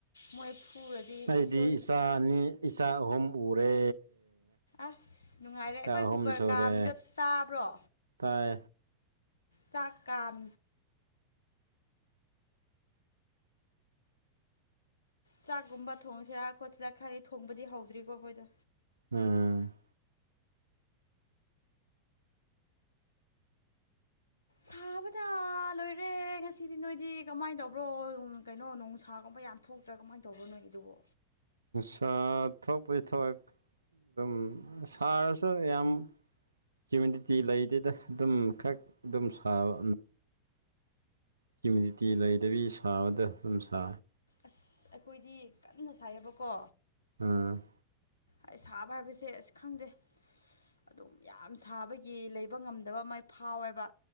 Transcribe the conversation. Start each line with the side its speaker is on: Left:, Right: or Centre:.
Left: ꯃꯣꯏ ꯐꯨꯔꯗꯤ
Right: ꯑꯩꯗꯤ
Left: ꯏꯁꯣꯏ
Right: ꯏꯆꯥ ꯑꯅꯤ ꯏꯆꯥ ꯑꯍꯨꯝ ꯎꯔꯦ
Left: ꯑꯁ ꯅꯨꯡꯉꯥꯏꯔꯦ
Right: ꯏꯆꯥ
Left: ꯑꯩꯈꯣꯏ
Right: ꯑꯍꯨꯝ
Left: ꯀꯨꯀꯔ
Right: ꯁꯨꯔꯦ
Left: ꯀꯥꯃꯤꯗꯣ ꯇꯥꯕ꯭ꯔꯣ
Right: ꯇꯥꯏ
Left: ꯆꯥꯛꯀꯝ ꯆꯥꯛꯀꯨꯝꯕ ꯊꯣꯡꯁꯤꯔꯥ ꯈꯣꯠꯁꯤꯔꯥ ꯈꯜꯂꯤ ꯊꯣꯡꯕꯗꯤ ꯍꯧꯗ꯭ꯔꯤꯀꯣ ꯑꯩꯈꯣꯏꯗꯣ
Right: ꯎꯝ
Left: ꯁꯕꯗ ꯑꯣꯏꯔꯦ ꯁꯤꯗꯤ ꯅꯣꯏꯗꯤ ꯀꯃꯥꯏꯅ ꯇꯧꯕ꯭ꯔꯣ ꯀꯩꯅꯣ ꯅꯨꯡꯁꯥꯒꯨꯝꯕ ꯌꯥꯝ ꯊꯣꯛꯇ꯭ꯔꯥ ꯀꯃꯥꯏꯅ ꯇꯧꯕ꯭ꯔꯣ ꯅꯣꯏꯒꯤ ꯑꯗꯨꯕꯣ
Right: ꯁꯥꯠ ꯊ ꯩ ꯄꯗꯤ ꯊꯣꯛ ꯑꯥ ꯑꯗꯨꯝ ꯁꯥꯔꯁꯨ ꯌꯥꯝ ꯀ꯭ꯨꯃꯅꯤꯇꯤ ꯂꯩꯗꯨꯗ ꯑꯗꯨꯝ ꯈꯛ ꯑꯗꯨꯝ ꯁꯥꯕ ꯍꯤꯨꯃꯤꯗꯤꯇꯤ ꯂꯩꯗꯕꯤ ꯁꯥꯕꯗ ꯑꯗꯨꯝ ꯁꯥ
Left: ꯑꯁ ꯑꯩꯈꯣꯏꯗꯤ ꯀꯟꯅ ꯁꯥꯏꯌꯦꯕꯀꯣ
Right: ꯑꯝ
Left: ꯑꯩ ꯁꯥꯕ ꯍꯥꯏꯕꯁꯦ ꯑꯁ ꯈꯪꯗꯦ ꯑꯗꯨꯝ ꯌꯥꯝ ꯁꯥꯕꯒꯤ ꯂꯩꯕ ꯉꯝꯗꯕ ꯃꯥꯏ ꯐꯥꯎꯋꯦꯕ